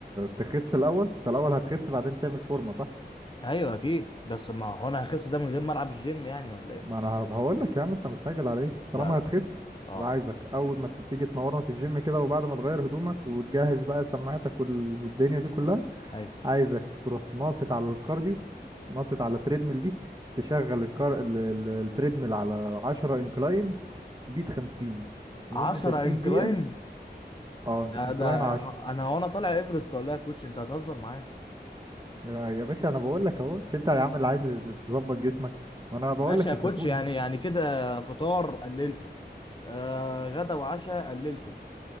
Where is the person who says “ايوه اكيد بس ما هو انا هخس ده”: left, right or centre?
Left